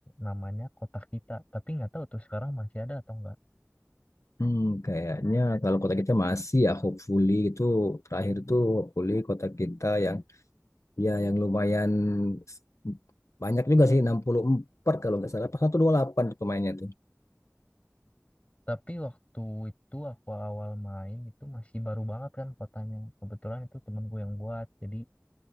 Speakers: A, on the left; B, on the left.
A: namanya kota Kita, tapi nggak tahu tuh sekarang masih ada atau nggak.
B: Hmm, kayaknya kalau kota kita masih ya hopefully itu terakhir tuh hopefully kota kita yang ya yang lumayan s- banyak juga sih 64 kalau nggak salah. Pas 128 tuh pemainnya tuh.
A: Tapi waktu itu aku awal main itu masih baru banget kan kotanya. Kebetulan itu temenku yang buat, jadi